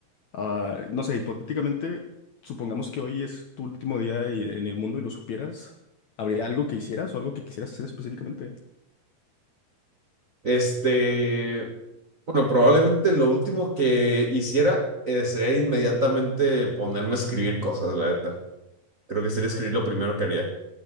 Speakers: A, on the left (about 65°); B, on the right (about 40°).
A: ah, no sé, hipotéticamente, supongamos que hoy es tu último día y- en el mundo y lo supieras, ¿habría algo que hicieras o algo que quisieras hacer específicamente?
B: este, bueno, probablemente lo último que hiciera eh, sería inmediatamente ponerme a escribir cosas, la neta. Creo que sería escribir lo primero que haría.